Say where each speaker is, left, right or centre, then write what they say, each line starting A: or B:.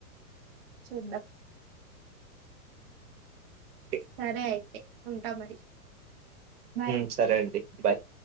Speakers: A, on the right; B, on the right.
A: చూద్దం
B: ఓకే
A: సరే అయితే ఉంటా మరి బాయ్
B: మ్ సరే అండి బాయ్